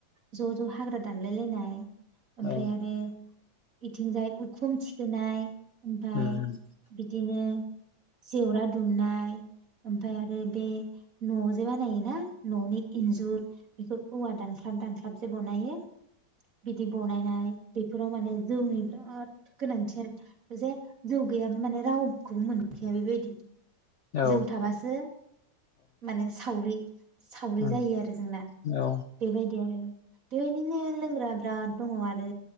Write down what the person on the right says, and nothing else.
ज' ज' हाग्रा दानलाय लायनाय ओमफ्राय
आरो इथिंजाय उखुम थिखोनाय फाय
बिदिनो जेवरा दुमनाय ओमफाय आरो बे न' जे बानायोना न'नि इन्जुर बेखौ औवा दानख्लाब दानख्लाब जे बनायो बिदि बनायनाय बेफोराव माने जौनि बिराद गोनांथि आरो जे जौ गैयाबा माने रावखौबो मोनखाया बेबायदि।
जौ थाबासो माने सावरि। सावरि
जायो आरो जोंना
बेबायदि आरो बेबायदिनो लोंग्रा बिराद दङ आरो